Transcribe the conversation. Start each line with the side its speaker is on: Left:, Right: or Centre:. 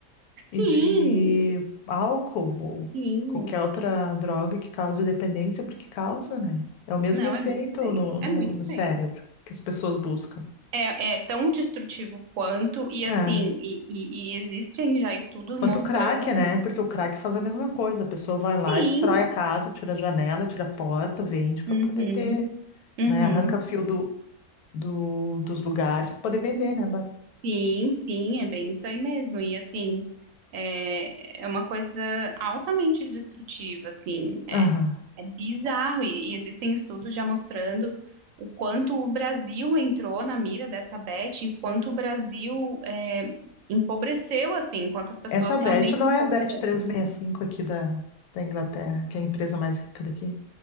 Right: Sim,
Left: e de álcool ou
Right: sim.
Left: qualquer outra droga que cause dependência, porque causa, né? É o mesmo
Right: Não,
Left: efeito
Right: é muito feio.
Left: no, no,
Right: É muito
Left: no cérebro
Right: feio.
Left: que as pessoas buscam.
Right: É, é tão destrutivo quanto, e
Left: É.
Right: assim, e, e- e existem já estudos
Left: Quanto
Right: mostrando.
Left: o crack, né? Porque o crack faz a mesma coisa. A pessoa vai lá,
Right: Sim.
Left: destrói a casa, tira a janela, tira a porta, vende para
Right: Uhum,
Left: poder ter
Right: uhum.
Left: né? Arranca fio do, do, dos lugares para poder vender, né, Bárbara?
Right: Sim, sim, é bem isso aí mesmo. E assim, é, é uma coisa altamente destrutiva, assim, é,
Left: Aham.
Right: é bizarro. E, e existem estudos já mostrando o quanto o Brasil entrou na mira dessa Beth e o quanto o Brasil é, empobreceu, assim, quantas pessoas
Left: Essa Bet
Right: realmente
Left: não
Right: empobreceram.
Left: é a Bet 365 aqui da, da Inglaterra, que é a empresa mais rica daqui.